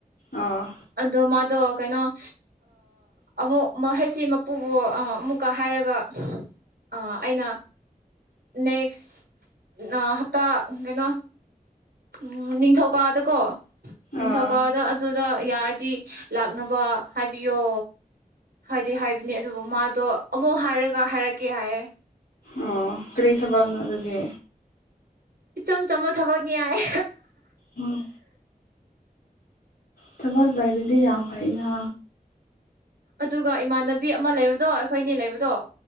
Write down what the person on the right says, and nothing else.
ꯑꯗꯣ ꯃꯥꯗꯣ ꯀꯩꯅꯣ ꯑꯃꯨꯛ ꯃꯈꯩꯁꯤ ꯃꯄꯨꯕ ꯑꯃꯨꯛꯀ ꯍꯥꯏꯔꯒ ꯑ ꯑꯩꯅ ꯅꯦꯛꯁ ꯍꯞꯇꯥ ꯀꯩꯅꯣ ꯎꯝ ꯅꯤꯡꯊꯧꯀꯥꯗꯀꯣ ꯅꯤꯡꯊꯧꯀꯥꯗ
ꯑꯗꯨꯗ ꯌꯥꯔꯗꯤ ꯂꯥꯛꯅꯕ ꯍꯥꯏꯕꯤꯌꯣ ꯍꯥꯏꯗꯤ ꯍꯥꯏꯕꯅꯦ ꯑꯗꯨꯕꯨ ꯃꯥꯗꯣ ꯑꯃꯨꯛ ꯍꯥꯏꯔꯒ ꯍꯥꯏꯔꯛꯀꯦ ꯍꯥꯏꯌꯦꯦ
ꯏꯆꯝ ꯆꯝꯕ ꯊꯕꯛꯅꯤ ꯍꯥꯏꯏ
ꯑꯗꯨꯒ ꯏꯃꯥꯟꯅꯕꯤ ꯑꯃ ꯂꯩꯕꯗꯣ ꯑꯩꯈꯣꯏꯅꯦ ꯂꯩꯕꯗꯣ